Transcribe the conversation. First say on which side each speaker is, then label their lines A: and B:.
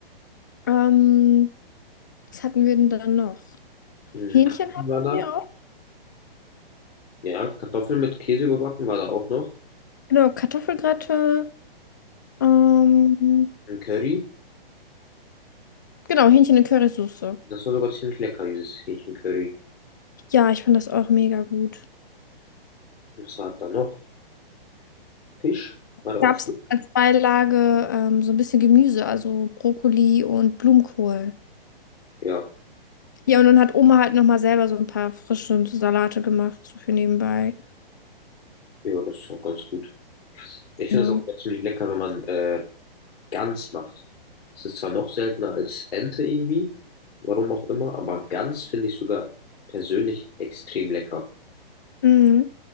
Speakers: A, on the left; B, on the left.
A: Ähm, was hatten wir denn dann noch?
B: mh,
A: Hähnchen
B: Kartoffeln
A: hatten
B: waren da.
A: wir auch.
B: Ja, Kartoffeln mit Käse überbacken war da auch noch.
A: Genau, Kartoffelgratin. Ähm,
B: Ein Curry.
A: genau, Hähnchen in Currysoße.
B: Das war sogar ziemlich lecker, dieses Hähnchencurry.
A: Ja, ich fand das auch mega gut.
B: Und Was war denn da noch? Fisch? War da auch
A: Gab
B: Fisch?
A: es als Beilage ähm, so ein bisschen Gemüse, also Brokkoli und Blumenkohl.
B: Ja,
A: Ja, und dann hat Oma halt nochmal selber so ein paar frische Salate gemacht, so für nebenbei.
B: ja, das ist auch ganz gut. Ich finde
A: Ja.
B: das auch ziemlich lecker, wenn man äh, Gans macht. Es ist zwar noch seltener als Ente irgendwie, warum auch immer, aber Gans finde ich sogar persönlich extrem lecker.
A: Mhm.